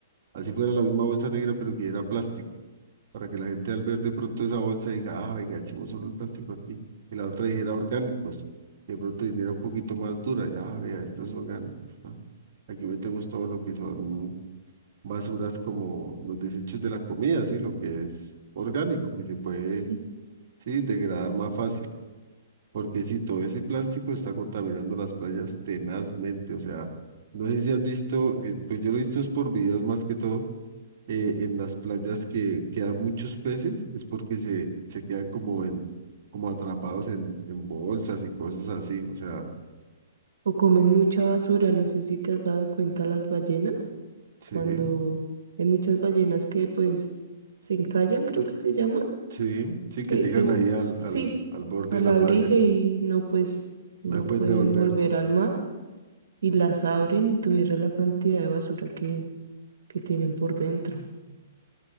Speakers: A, on the right; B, on the right.
A: Así fuera la misma bolsa negra, pero que era plástico para que la gente al ver de pronto esa bolsa diga, ah, venga, echemos solo el plástico aquí. Y la otra dijera orgánicos, y de pronto viniera un poquito más dura, y, ah, vea, estas orgánicas, ¿no? Aquí metemos todo lo que son basuras como los desechos de la comida, ¿sí? Lo que es orgánico, que se puede,
B: Sí.
A: sí, degradar más fácil. Porque si todo ese plástico está contaminando las playas tenazmente, o sea, no sé si has visto, eh, pues yo lo he visto es por videos más que todo, eh, en las playas que quedan muchos peces es porque se, se quedan como en, como atrapados en, en bolsas y cosas así. O sea,
B: O comen mucha basura, no sé si te has dado cuenta las ballenas,
A: sí,
B: cuando hay muchas ballenas que pues se encallan, creo que se llama
A: sí, sí,
B: Sí,
A: que llegan
B: que
A: ahí al,
B: sí,
A: al, al borde
B: a
A: de
B: la
A: la playa.
B: orilla y no, pues no
A: No se pueden
B: pueden
A: devolver.
B: volver al mar y las abren y tuviera la cantidad de basura que, que tienen por dentro.